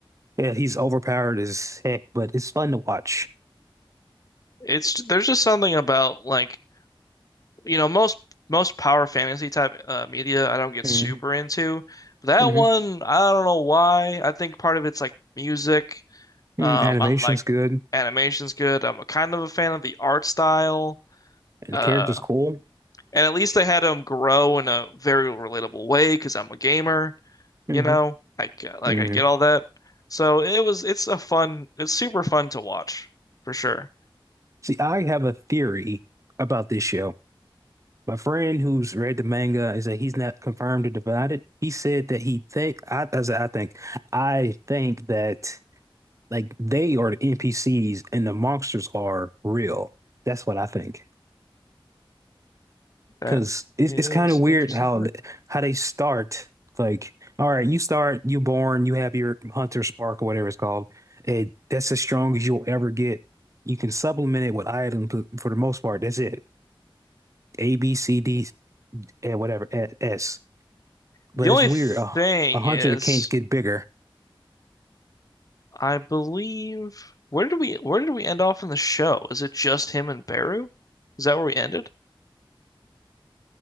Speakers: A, on the right; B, on the left.
A: Yeah, he's overpowered as heck, but it's fun to watch.
B: It's there's just something about like you know most most power fantasy type uh, media I don't get
A: hmm
B: super into. But that
A: hmm
B: one I don't know why. I think part of it's like music. Um,
A: mm Animation's
B: I like
A: good, and
B: animation's good. I'm a kind of a fan of the art style.
A: the
B: Uh,
A: character's cool.
B: and at least they had them grow in a very relatable way because I'm a gamer.
A: hmm
B: you know? I get like
A: hmm
B: I get all that. So it was it's a fun it's super fun to watch for sure.
A: See, I have a theory about this show. My friend who's read the manga is that he's not confirmed or it. He said that he think I as I think I think that like they are the NPCs and the monsters are real. That's what I think.
B: That
A: Because it's
B: is
A: it's kind of weird
B: interesting
A: how
B: theory.
A: how they start. Like, all right, you start, you born, you have your hunter spark or whatever it's called. and that's as strong as you'll ever get. You can supplement it with items for the most part. That's it. A, B, C, D, and whatever, S.
B: The
A: but
B: only
A: it's weird.
B: thing
A: Oh, a hundred
B: is
A: of kings get bigger.
B: I believe where did we where did we end off in the show? Is it just him and Beru? Is that where we ended?